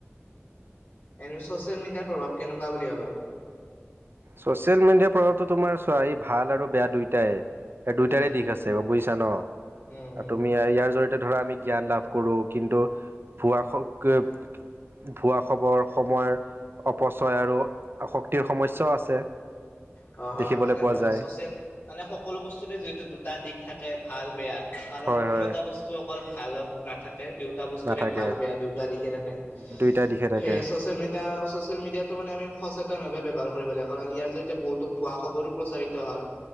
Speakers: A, on the left; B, on the right.
A: এনে ছ'চিয়েল মিডিয়াৰ প্ৰভাৱ কেনেকুৱা বুলি ভবা।
B: ছচিয়েল মিডিয়াৰ পৰাতো তোমাৰ ছোৱালী ভাল আৰু বেয়া দুয়টাই। এই দুইটাৰে
A: উম
B: দিশ
A: উম
B: আছে বুজিছা ন
A: উম উম
B: তুমি ইয়াৰ জৰিয়তে ধৰা আমি জ্ঞান লাভ কৰোঁ কিন্তু ভুৱাক। ভুৱা খবৰ সময়ৰ অপচয় আৰু আ শক্তিৰ সমস্যাও আছে।
A: হয় হয়
B: দেখিবলৈ
A: মানে
B: পোৱা
A: ধৰা
B: যায়
A: চচিয়েল মানে সকলো বস্তুতে যিহেতু দুটা দিশ থাকে ভাল বেয়া।। কাৰণ
B: হয়
A: কোনো
B: হয়
A: এটা বস্তু অকল ভালত নাথাকে দুইতা বস্তুৰে
B: নাথাকে
A: ভাল বেয়া দুইতা দিখে থাকে
B: দুইটা দিশে থাকে
A: সেয়ে ছচিয়েল মডিয়া চচিয়েল মিডিয়াটো মানেমি সচেতনাৱে ব্যৱহাৰ কৰিব লাগে কাৰণ ইয়াৰ জৰিয়তে বহুতো খোৱা খবৰো প্ৰচাৰিত হয়